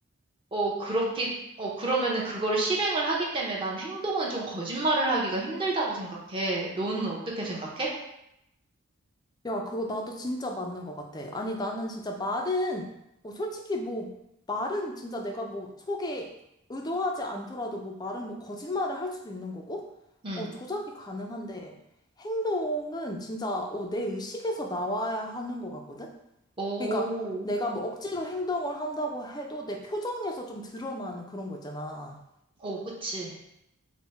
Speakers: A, on the right (about 25°); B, on the left (about 20°).
A: 어, 그렇게, 어, 그러면은 그거를 실행을 하기 때문에 난 행동은 좀 거짓말을 하기가 힘들다고 생각해. 너는 어떻게 생각해?
B: 야, 그거 나도 진짜 맞는 것 같아. 아니, 나는 진짜 말은, 뭐, 솔직히 뭐, 말은 진짜 내가 뭐, 속에 의도하지 않더라도 뭐, 말은 뭐, 거짓말을 할 수도 있는 거고,
A: 응.
B: 어, 조작이 가능한데, 행동은 진짜, 어, 내 의식에서 나와야 하는 것 같거든?
A: 오,
B: 그러니까, 내가 뭐, 억지로 행동을 한다고 해도 내 표정에서 좀 드러나는 그런 거 있잖아.
A: 오, 그치.